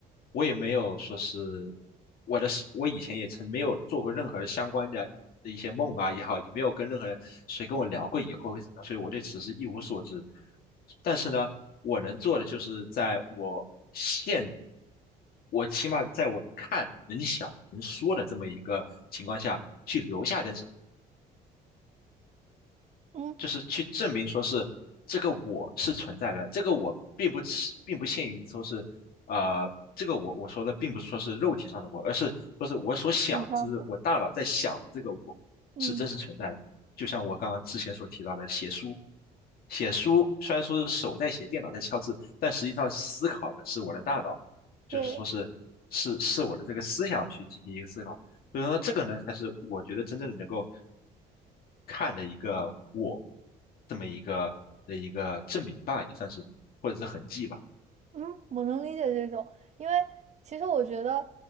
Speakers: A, on the left (about 60°); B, on the right (about 40°).
A: 我也没有说是我的，我以前也曾没有做过任何的相关的的一些梦啊也好，也没有跟任何人谁跟我聊过以后会怎么样，所以我对此事一无所知。但是呢，我能做的就是在我现，我起码在我能看、能想、能说的这么一个情况下去留下点什么。
B: 嗯，
A: 就是去证明说是这个我是存在的，这个我并不是并不限于说是呃这个我我说的并不是说是肉体上的我，而是说是我所想，
B: 挺像的，
A: 就是我大脑在想的这个我是真实存在的。
B: 嗯
A: 就像我刚刚之前所提到的写书，写书虽然说是手在写，电脑在敲字，但实际上思考的是我的大脑，就是说是是是我的这个思想去进行一个思考。
B: 对。
A: 所以说这个呢，才是我觉得真正能够看的一个我这么一个的一个证明吧，也算是或者是痕迹吧。
B: 嗯，我能理解这种，因为其实我觉得，